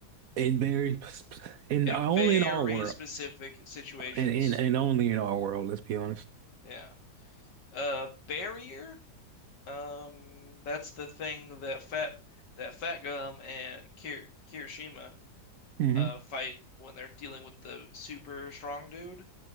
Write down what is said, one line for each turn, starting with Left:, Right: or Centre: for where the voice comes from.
Right: and very, and
Left: in
Right: only
Left: very
Right: in our world,
Left: specific situations.
Right: and and, and only in our world. Let's be honest.
Left: Yeah. Uh, barrier. Um, that's the thing that Fat that Fat Gum and Kir Kirishima
Right: hmm
Left: uh fight when they're dealing with the super strong dude.